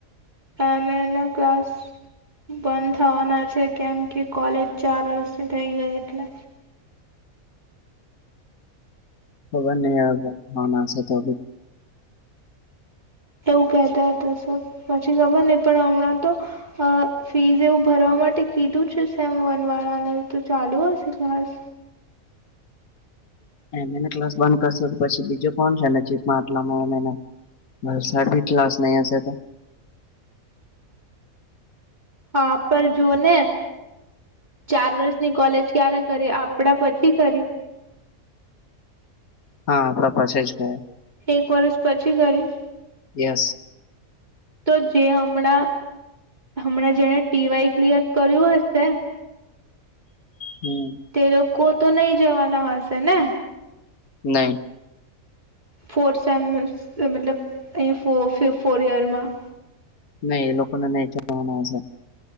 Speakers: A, on the right; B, on the left.
A: નેમે એના ક્લાસ. બંધ થવાના છે કેમ કે કોલેજ ચાર વર્ષની થઈ ગઈ એટલે.
B: ખબર નહીં આવે બ ભનાશે તો
A: એવું કહેતા હતા પછી ખબર નહ પણ હમણાં તો અ ફીઝ એવું ભરવા માટે કીધું છે સેમ વન વાળા ને તો ચાલુ હશે ક્લાસ.
B: એ ક્લાસ બંધ કરશો તો પછી બીજો કોણ છે નેીતમાં આટલામાં એ ભલસાડ બીટલાસ ન અ તો
A: હા, પર જોુઓ ને ચાર વર્ષની, કોલેજ ક્યારે કરી આપડા પછી કરી
B: હા, આપણા પાસે જ કાય
A: એક વર્ષ, પછી કરી
B: યસ.
A: તો જે હણા હમણાં જેને ટી વાય ક્લિયર કર્યું હશે
B: હમ.
A: તે લોકો તો, નહી જવાના હશે ને
B: નહી.
A: ફોર સેમ મતલબ અહીં ફોર ઈયરમાં
B: નહી એ લોકોને નહી, જવાનાશે